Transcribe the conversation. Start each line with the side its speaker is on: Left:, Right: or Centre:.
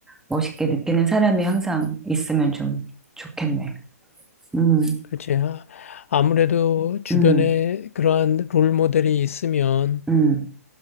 Centre: 멋있게 느끼는 사람이 항상 있으면 좀 좋겠네. 음,
Left: 그렇지. 아, 아무래도 주변에
Centre: 음,
Left: 그러한 롤 모델이 있으면
Centre: 음.